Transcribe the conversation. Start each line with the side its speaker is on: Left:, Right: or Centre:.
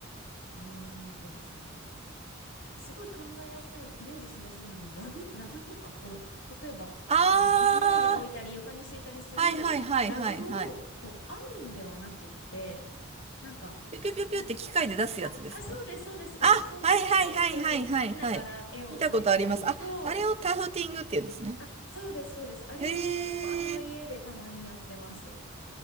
Left: うーんとですね、すごい考えやすい、イメージしやすいものは、ラグ、ラグとか、こう、例えば、
Right: あー、
Left: あの、椅子の上に置いたり、床に敷いたりするラグを、
Right: はいはいはいはいはい。
Left: こう、編むんではなくって、なんか、
Right: ピュピュピュピュって機械で出すやつですか
Left: た、あ、あ、そうです、そうです。打ち込んで、
Right: あ、はいはいはいはいはいはい。
Left: そうそう、好きな柄絵を描いたり、
Right: 見たことあります。
Left: そう、
Right: あ、あれをタフティングって言うんですね。
Left: あ、そうです、そうです。あれを、
Right: へえ、
Left: あの、家でたまにやってます。